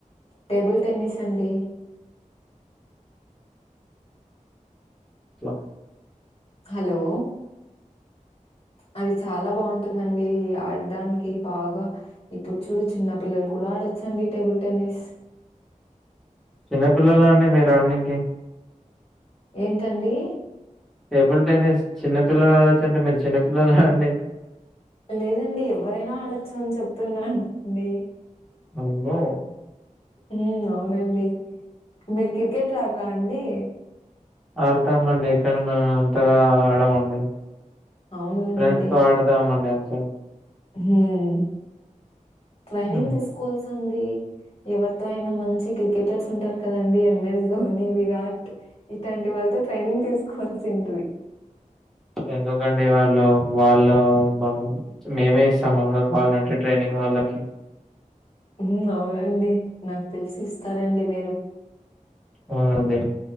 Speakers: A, on the left (about 45°); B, in the centre.
A: టేబుల్ టెన్నిస్ అండి
B: లా
A: హలో అది చాలా బాగుంటుందండి ఆడడానికి బాగా ఇప్పుడు చూడు చిన్న పిల్లలు కూడా ఆడొచ్చండి టేబుల్ టెన్నిస్
B: చిన్నపిల్లలా అండి మీరు ఆడనీకి
A: ఏంటండి.
B: టేబుల్ టెన్నిస్ చిన్న పిల్లలు ఆడచ్చు అంటే మీరు చిన్న పిల్లలా అండి.
A: లేదండి ఎవరైనా ఆడొచ్చు అని చెప్తున్నా అండి
B: నువ్వు
A: ఉమ్ అవునండి మీరు క్రికెట్ ఆడరా అండి
B: ఆడతామండి కానీ మేము అంతగా ఆడమండి
A: అవునండి.
B: ఫ్రెండ్స్ తో ఆడతామండి అంతే
A: హమ్ ట్రైనింగ్
B: హ్మ్.
A: తీసుకోవాల్సి ఉంది ఎవరితో అయినా మంచి క్రికెటర్స్ ఉంటారు కదండి ఎంఎస్ ధోని విరాట్ ఇట్టాంటి వాళ్ళతో ట్రైనింగ్ తీసుకోవాల్సింది డుయ్
B: ఎందుకండి వాళ్ళు వాళ్ళు మా మేమే ఇస్తాం మంగ కావాలంటే ట్రైనింగ్ వాళ్ళకి
A: ఉమ్అవునండి నాకు తెలిసి ఇస్తారండి మీరు
B: అవునండి